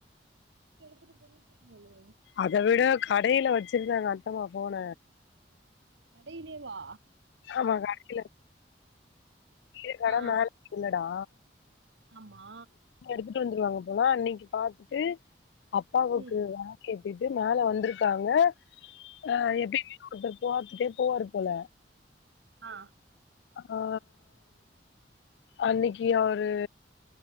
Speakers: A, on the right; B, on the left.
A: எடுத்துட்டு போய்ர்ப்பாங்களே
B: அத விட கடைல வச்சிருந்தாங்க அத்தமா போன
A: கடைலேவா
B: ஆமா கடைல கீழ கட
A: ஆ
B: மேல இல்ல டா
A: ஆமா
B: எடுதுட்டு வந்துருவாங்க போல அன்னைக்கு பாத்துட்டு அப்பாவுக்கு
A: ம்
B: அம்மா ஏத்திட்டு மேல வந்திருகாங்க ஆ எப்டி ஒருதர் போர்த்துடே போவரு போல
A: ஆ
B: ஆ அன்னிக்கி அவரு